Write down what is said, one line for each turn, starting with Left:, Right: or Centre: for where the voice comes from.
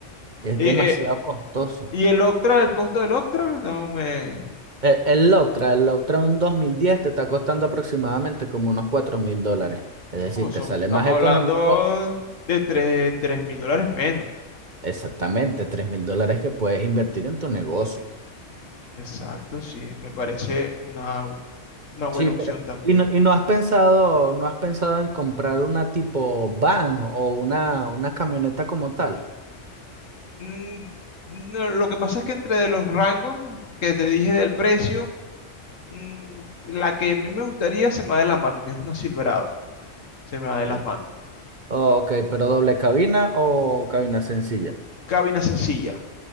Right: Es
Left: Y,
Right: demasiado
Left: eh,
Right: costoso.
Left: ¿y el Octra, el costo del Octra? No me...
Right: El, el Loptra, el Loptra un 2010 te está costando aproximadamente como unos cuatro mil dólares. Es decir,
Left: Oh, son-
Right: te sale
Left: estamos
Right: más económico
Left: hablando de tres mil dólares menos.
Right: exactamente tres mil dólares que puedes invertir en tu negocio.
Left: Exacto, sí, me parece una, una buena
Right: Sí,
Left: opción
Right: pero...
Left: también.
Right: ¿Y no, y no has pensado, no has pensado en comprar una tipo van o una, una camioneta como tal?
Left: Mm, no, lo que pasa es que entre de los rangos que te dije del precio, mm, la que a mí me gustaría se me va de las manos, que es una Silverado, se me va de
Right: Mm.
Left: las manos.
Right: Ok, pero doble cabina o cabina sencilla.
Left: Cabina sencilla,